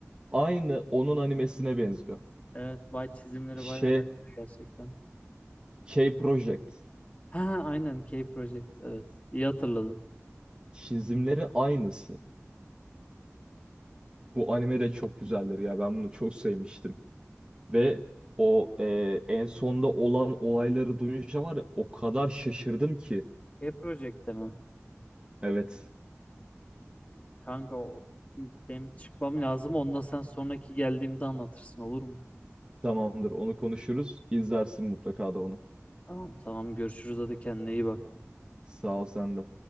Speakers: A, on the right; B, on the left.
A: Aynı onun animesine benziyor.
B: Evet vay çizimleri
A: Şey,
B: bayağı benziyor gerçekten.
A: K-Project.
B: Ha ha, aynen K Project evet. İyi hatırladın.
A: Çizimleri aynısı. Bu anime de çok güzeldir ya. Ben bunu çok sevmiştim. Ve o e, en sonda olan olayları duyunca var ya o kadar şaşırdım ki.
B: K Project'te mi?
A: Evet
B: Kanka o benim çıkmam lazım. Onu da sen sonraki geldiğimde anlatırsın olur mu?
A: tamamdır onu konuşuruz. İzlersin mutlaka da onu.
B: Tamam tamam görüşürüz hadi kendine iyi bak.
A: Sağ ol sen de.